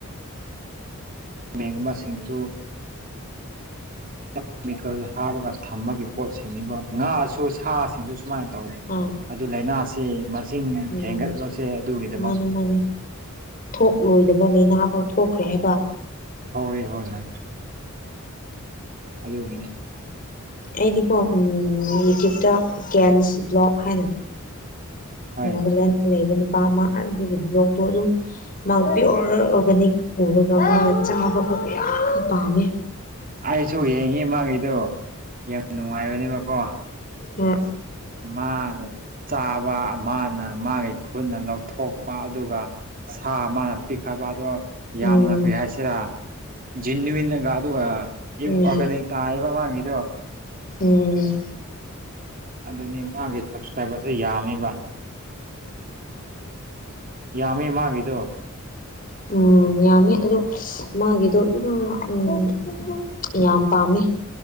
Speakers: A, on the right; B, on the left.
A: ꯃꯒꯨꯝ ꯃꯥ ꯁꯤꯁꯤꯡꯁꯨ ꯀꯦꯃꯤꯀꯦꯜ ꯍꯥꯞꯄꯒ ꯊꯝꯕꯒꯤ ꯄꯣꯠꯁꯤꯡꯅꯤꯕ ꯉꯥꯁꯨ ꯁꯥꯁꯤꯡꯗꯨ ꯁꯨꯃꯥꯏꯅ ꯇꯧꯅꯤ
B: ꯍꯣꯏ
A: ꯑꯗꯨ ꯂꯥꯏꯅꯥꯁꯤ ꯏ
B: ꯎꯝ
A: ꯍꯦꯟꯒꯠꯄꯁꯦ ꯑꯗꯨꯒꯤꯗꯃꯛ
B: ꯃꯥꯅꯤ ꯃꯥꯅꯤ ꯊꯣꯛꯂꯣꯏꯗꯕ ꯂꯥꯏꯅꯥ ꯐꯥꯎ ꯊꯣꯛꯈ꯭ꯔꯦ ꯍꯥꯏꯕ
A: ꯍꯣꯏ ꯍꯣꯏ ꯍꯣꯏ ꯑꯗꯨꯗ ꯍꯒꯦꯅꯦ
B: ꯑꯩꯗꯤꯀꯣ ꯌꯨꯇ꯭ꯌꯨꯕꯇ ꯀꯦꯟꯁ ꯕ꯭ꯂꯣꯛ ꯍꯥꯏꯅ
A: ꯍꯣꯏ
B: ꯅꯥꯒꯥꯂꯦꯟꯗ ꯂꯩꯕ ꯅꯨ ꯅꯨꯄꯥ ꯑꯃ ꯑꯗꯨꯒꯤ ꯕ꯭ꯂꯣꯛꯇꯣ ꯑꯗꯨꯝ ꯃꯥ ꯄꯤꯣꯔ ꯑꯣꯔꯒꯥꯅꯤꯛ ꯄꯨꯔꯒ ꯃꯥꯅ ꯆꯥꯕ ꯄꯥꯝꯃꯦ
A: ꯑꯩꯁꯨ ꯌꯦꯡꯉꯤꯃꯉꯩꯗꯨꯣ ꯌꯥꯝ ꯅꯨꯡꯉꯥꯏꯕꯅꯦꯕꯀꯣ
B: ꯋꯥ
A: ꯃꯥꯅ ꯆꯥꯕ ꯃꯥꯅ ꯃꯥꯒꯤ ꯈꯨꯠꯅ ꯂꯧꯊꯣꯛꯄ ꯑꯗꯨꯒ ꯁꯥ ꯑꯃꯅ ꯄꯤꯛꯈꯕ ꯑꯗꯣ ꯌꯥꯝꯅ
B: ꯎꯝ
A: ꯀꯔꯤ ꯍꯥꯏꯁꯤꯔꯥ ꯖꯦꯅꯋꯟꯒ ꯑꯗꯨꯒ ꯑꯩ
B: ꯎꯝ
A: ꯑꯣꯔꯒꯥꯅꯤꯛ ꯇꯥ ꯍꯥꯏꯕ ꯃꯥꯡꯉꯤꯗꯣ
B: ꯎꯝ
A: ꯑꯗꯨꯅꯤ ꯃꯥꯒꯤ ꯁꯞꯁꯀ꯭ꯔꯥꯏꯕꯔꯁꯨ ꯌꯥꯝꯃꯤꯕ ꯌꯥꯝꯃꯦ ꯃꯥꯥꯡꯉꯗꯣ
B: ꯎꯝ ꯌꯥꯝꯃꯦ ꯑꯗꯣ ꯃꯥꯒꯤꯗꯣ ꯑꯗꯨꯝ ꯎꯝ ꯌꯥꯝ ꯄꯥꯝꯃꯦ